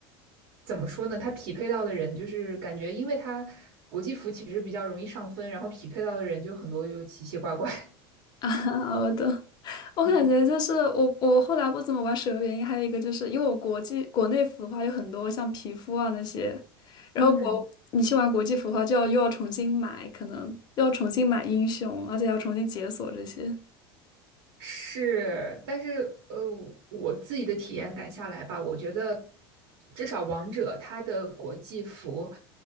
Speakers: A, on the right; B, on the left.
A: 怎么说呢？它匹配到的人就是感觉，因为它国际服其实比较容易上分，然后匹配到的人就很多就奇奇怪怪。
B: <laughs> 啊，我懂。我感觉就是我，
A: <laughs> 嗯
B: 我后来不怎么玩手游，原因还有一个就是因为我国际国内服的话有很多像皮肤啊那些，然后国你去玩国际服的话就要又要重新买，
A: 嗯，
B: 可能又要重新买英雄，而且还要重新解锁这些。
A: 是，但是呃，我自己的体验感下来吧，我觉得至少王者它的国际服，